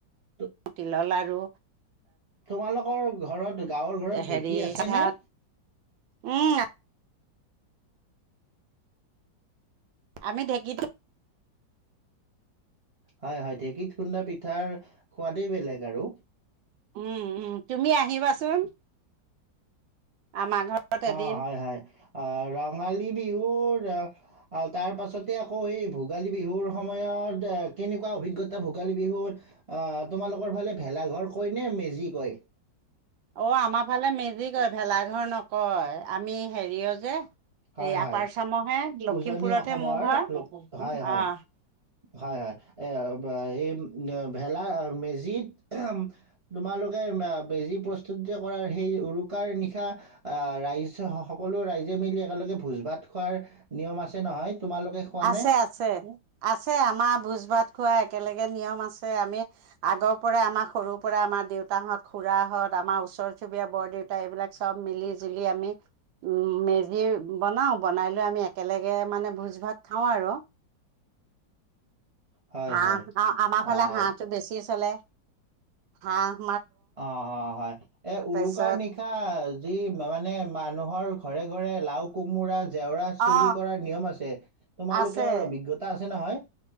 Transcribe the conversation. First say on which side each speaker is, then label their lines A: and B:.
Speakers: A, on the right; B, on the right.
A: তো-
B: তুলা লা আৰু
A: তোমালোকৰ ঘৰত গাঁৱৰ ঘৰত
B: হেৰি
A: ঢেঁকী আছে
B: পিঠাত
A: নে
B: উম, আমি ঢেঁকীটো
A: হয় হয় ঢেঁকীত খুন্দা পিঠাৰ সোৱাদেই বেলেগ আৰু
B: উম উম তুমি আহিবাচোন আমাৰ ঘৰত এদিন।
A: অ হয় হয় অ ৰঙালী বিহু বিহুৰ আহ তাৰ পাছতে আকৌ এই ভোগালী বিহুৰ সময়ত কেনেকুৱা অভিজ্ঞতা ভোগালী বিহুৰ অহ তোমালোকৰ ফালে ভেলাঘৰ কয় নে মেজি কয়
B: অ আমাৰ ফালে মেজিক কয় ভেলাঘৰ নকয় আমি হেৰি অ যে
A: হয়
B: এই
A: হয়
B: আপাৰ চামহে লখিমপুৰতহে
A: উজনি অসমৰ
B: মোৰ ঘৰ
A: লোক
B: অহ
A: হয় হয় হয় হয় এ এই ভেলা মেজিত তোমালোকে মেজি প্ৰস্তুতি কৰাৰ সেই উৰুকাৰ নিশা আহ ৰাইজ সকলো ৰাইজে মিলি একেলগে ভোজ ভাত খোৱাৰ নিয়ম আছে নহয় তোমালোকে খোৱানে
B: আছে আছে আছে আমাৰ ভোজ ভাত খোৱা একেলগে নিয়ম আছে আমি আগৰ পৰাই আমাৰ সৰুৰ পৰা আমাৰ দেউতাহঁত খুড়াহত আমাৰ ওচৰ চুবুৰীয়া বৰ দেউতা এইবিলাক চব মিলি জুলি আমি উম মেজি বনাও বনাই লৈ আমি একেলগে মানে ভোজ ভাত খাওঁ আৰু
A: হয়
B: হা
A: হয়
B: আমাৰ
A: অ',
B: ফালে হাঁহটো বেছি চলে হাহ‍ঁ
A: অ অ হয় এ
B: তাৰপিছত
A: উৰুকাৰ নিশা যি মানে মানে মানুহৰ ঘৰে ঘৰে লাও কোমোৰা জেওৰা
B: অ
A: চুৰি, কৰাৰ নিয়ম আছে তোমালোকেও
B: আছে
A: অভিজ্ঞতা আছে। আছে নহয়।